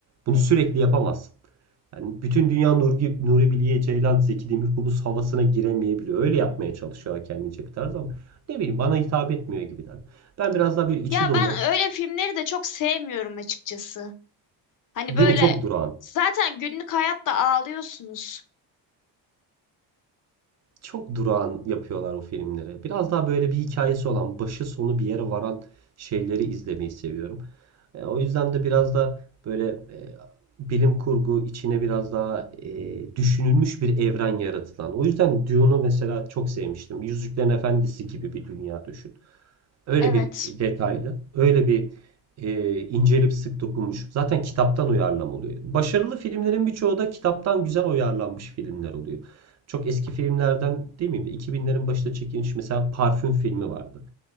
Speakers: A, on the right; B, on the left.
A: Bunu sürekli yapamazsın. Yani bütün dünya Nuri, Nuri Bilge Ceylan, Zeki Demirkubuz havasına giremeyebiliyor. Öyle yapmaya çalışıyorlar kendince bir tarz ama ne bileyim bana hitap etmiyor gibiden. Ben biraz daha böyle içi
B: Ya
A: dolu,
B: ben öyle filmleri de çok sevmiyorum açıkçası. Hani
A: değil
B: böyle
A: mi? Çok durağan.
B: zaten günlük hayatta ağlıyorsunuz.
A: Çok durağan yapıyorlar o filmleri. Biraz daha böyle bir hikayesi olan, başı sonu bir yere varan şeyleri izlemeyi seviyorum. E, o yüzden de biraz da böyle e, bilim kurgu içine biraz daha e, düşünülmüş bir evren yaratılan. O yüzden Dune'u mesela çok sevmiştim. Yüzüklerin Efendisi gibi bir dünya düşün. Öyle
B: Evet.
A: bir detaylı, öyle bir e, incelip sık dokunmuş. Zaten kitaptan uyarlama oluyor. Başarılı filmlerin birçoğu da kitaptan güzel uyarlanmış filmler oluyor. Çok eski filmlerden değil mi? 2000'lerin başında çekilmiş mesela Parfüm filmi vardı.